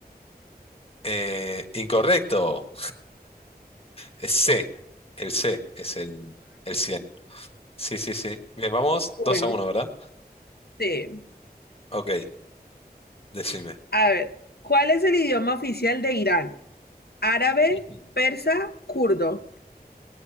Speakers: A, on the left; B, on the left.
A: Eh, incorrecto. Es C. El C es el, el 100. Sí, sí, sí. Bien, vamos
B: Bueno,
A: 2 a uno, ¿verdad?
B: sí.
A: Ok, decime.
B: A ver, ¿cuál es el idioma oficial de Irán? Árabe,
A: <laughs> Ujú.
B: persa, kurdo.